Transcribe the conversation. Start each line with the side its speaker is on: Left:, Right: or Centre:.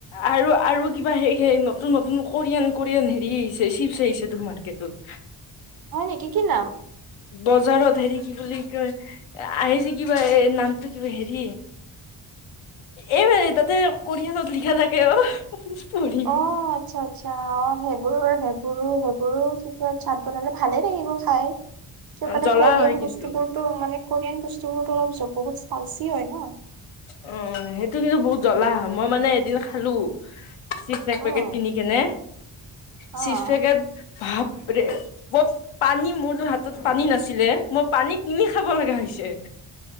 Left: আৰু আৰু কিবা হেই সেই নতুন নতুন কোৰিয়ান কোৰিয়ান হেৰি আহিছে চিপছ আহিছে ত মাৰ্কেটত। উ
Right: হয়, নেকি কি নাম।
Left: বজাৰত হেৰি কি বুলি কয় এ আহিছে কিবা এ না টো কিবা হেৰি এই বোৰে তাতে কৰিয়ানত লিখা থাকে অ' পঢ়িব
Right: অ' আচ্ছা, আচ্ছা, অ' সেইবোৰ সেইবোৰো সেইবোৰো তেতিয়া চাত বনালে ভালে লাগিব খাই। সেইকাৰণে
Left: জ্বলা
Right: কোৰিয়ান
Left: হয় কিন্তু
Right: বস্তু বোৰতো মানে কোৰিয়ান বস্তু বোৰতো অলপ বহুত পালচি হয় ন।
Left: অ সেইটো কিন্তু বহুত জ্বলা হয় মই মানে এদিন খালো চিপ এক
Right: উম,
Left: পেকেট কিনি কেনে
Right: অ'।
Left: চিপ পেকেট ভাপৰে মই পানী মোৰ হাতত পানী নাছিলে মই পানী কিনি খাব লগা হৈ হৈছে